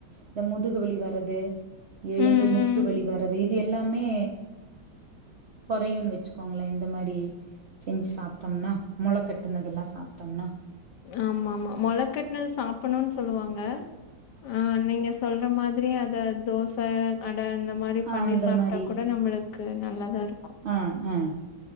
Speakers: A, on the right; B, on the left.
A: இந்த முதுகுவலி வரது எழும்பு
B: ம்
A: முட்டு
B: ம்
A: வலி வரது இது எல்லாமே குறையுன்னு வச்சுக்கோங்களே இந்த மாரி செஞ்சி சாப்ட்டம்ன்னா மொல கட்டுனதெல்லா சாப்டம்ன்னா
B: ஆமா ஆமா மொலக்கட்டுனது சாப்புணுன்னு சொல்லுவாங்க ஆ நீங்க சொல்ற மாரி அதரி அத தோச அ ட அந்தந்த மாரி
A: ஆ
B: பண்ணி
A: அந்த
B: சாப்ட்டா
A: மாரி
B: கூட நம்மள க்கு நல்லதார்
A: ஆ ஆ